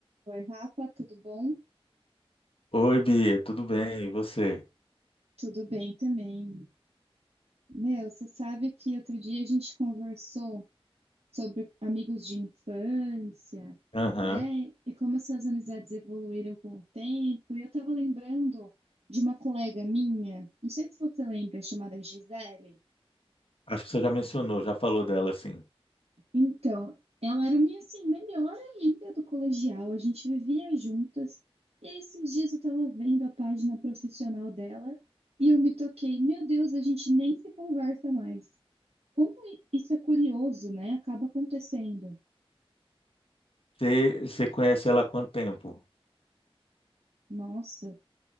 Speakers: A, on the right; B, on the left.
A: Oi, Rafa, tudo bom?
B: Oi, Bia, tudo bem? E você?
A: Tudo bem também. Meu, você sabe que outro dia a gente conversou sobre amigos de infância,
B: Aham.
A: né? E como essas amizades evoluíram com o tempo. E eu tava lembrando de uma colega minha, não sei se você lembra, chamada Gisele.
B: Acho que você já mencionou, já falou dela, assim.
A: Então, ela era minha, assim, melhor amiga do colegial, a gente vivia juntas. E aí, esses dias eu tava vendo a página profissional dela e eu me toquei, meu Deus, a gente nem se conversa mais. Como i- isso é curioso, né? Acaba acontecendo.
B: Você, você conhece ela há quanto tempo?
A: Nossa,